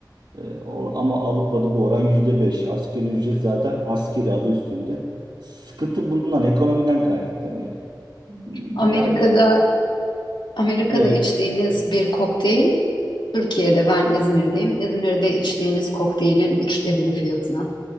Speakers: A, on the right (about 75°); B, on the left (about 85°).
A: Ee, o- ama Avrupa'da bu oran %5. Asgari ücret zaten askeri adı üstünde. Sıkıntı bundan, ekonomiden kaynaklanıyor. Hmm,
B: Amerika'da
A: Yani
B: Amerika'da
A: evet
B: içtiğiniz bir kokteyl, Türkiye'de ben İzmir'deyim. İzmir'de içtiğiniz kokteylin üçte biri fiyatına.